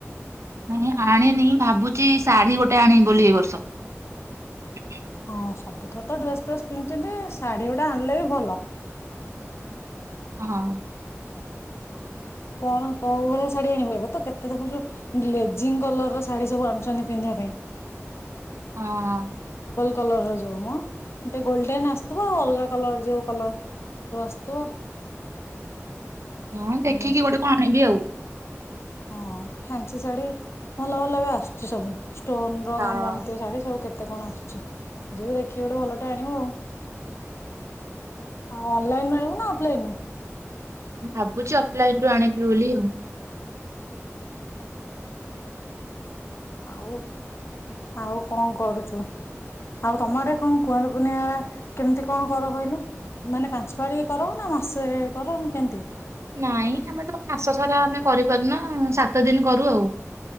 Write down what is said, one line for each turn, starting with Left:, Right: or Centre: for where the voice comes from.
Right: ନାଇଁ ଆଣିନି ଭାବୁଛି ଶାଢ଼ୀ ଗୋଟେ ଆଣିବି ବୋଲି ଏଇ ବର୍ଷ। <inaudible>
Left: ହଁ ସବୁଥର ତ ଡ୍ରେସ ଫ୍ରେସ୍ ପିନ୍ଧିଛନ୍ତି। ଶାଢ଼ୀ ଗୁଡ଼ା ଆଣିଲେ ବି ଭଲ। <inaudible>
Right: ହଁ।
Left: <inaudible> କଣ କୋଉ ଭଳିଆ ଶାଢ଼ୀ ଆଣିବୁ ଏବେ ତ କେତେ ଦେଖୁଛୁ। ଗ୍ଲେଜିଂ କଲର୍ ର ଶାଢ଼ୀ ସବୁ ଆଣୁଛନ୍ତି ପିନ୍ଧିବା ପାଇଁ।
Right: ହଁ।
Left: କଲର୍ ର ଯୋଉ ମ ଏମିତି ଗୋଲ୍ଡେନ୍ ଆସିଥିବ। ଆଉ ଅଲଗା କଲର ଯୋଉ କଲର ସବୁ ଆସୁଥିବ।
Right: ହଁ
Left: ସବୁ
Right: ଦେଖିକି ଗୋଟେ କଣ ଆନିବି ଆଉ।
Left: ହଁ ଫ୍ୟନ୍ସି ଶାଢୀ ଭଲ ଭଲ ବି ଆସୁଚି ସବୁ। ଷ୍ଟୋନ ର
Right: ହଁ
Left: କାମ ହେଇଥିବ ଶାଢୀ ସବୁ କେ କେତେ କଣ ଆସୁଛି ଯିବୁ ଦେଖିକି ଗୋଟେ ଭଲଟେ ଆଣିବୁ ଆଉ। <inaudible> ହଁ ଅନଲିଇନ ରୁ ଆଣିବୁ ନା ଅଫଲାଇନରୁ।
Right: ଭାବୁଛି ଅଫଲାଇନ ରୁ ଆଣିବି ବୋଲି ଆଉ।
Left: ଆଉ <inaudible> ଆଉ କଣ କରୁଚୁ। ଆଉ ତମ ଆଡେ କଣ କୁଆଁର ପୁନେଇ କେମିତି କଣ କର କହିଲୁ। ମାନେ ପାଞ୍ଚ ପାଳି କର ନା ମାସେ କର ନା କେମିତି।
Right: ନାଇଁ ଆମେ ତ ମାସ ସାରା ଆମେ କରିପାରୁନା ସାତ ଦିନ କରୁ ଆଉ।